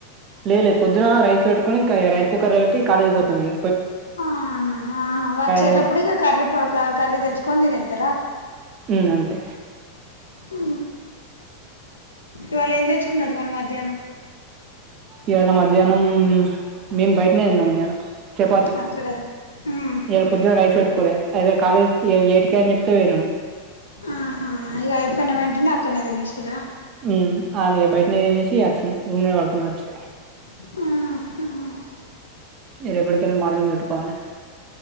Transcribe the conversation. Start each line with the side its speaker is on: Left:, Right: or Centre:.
Right: లేద్ లే పొద్దున రైస్ వెట్టుకోనింకా రైస్ కుక్కర్ల వెట్టి కాలేజీ కి పోతాం ఇగ
Left: ఆహ ఆహ వచ్చేటప్పుడుగా
Right: ఏ
Left: కర్రి పక కర్రీ దేచ్చుకోనీ దినేత్తరా
Right: ఉ అంతే
Left: ఊహు ఇవాళ ఏం దెచ్చుకున్నరు మరి మధ్యాహ్నం
Right: ఇయాళ మధ్యాహ్నం మేము బయటనే తిన్నాం ఈయాళ చపాతి
Left: అక్కడ మ్మ్ హ్మ్
Right: ఈయల పొద్దు రైస్ పేట్టుకోలే అయితే కాలేజ్ కి ఏటికే అని చెప్తే పోయినం
Left: ఆహా ఈగ అయిపోయిన వెంటనే అక్కడనే తినేసిల్లా
Right: ఉమ్ ఆడ్నే బయటనే తినేసి ఆచ్చినం రూమ్నే పడుకున్నాం వచ్చి
Left: ఉమ్
Right: రేపటికెళ్లి మార్నింగే బేట్టుకోవాలి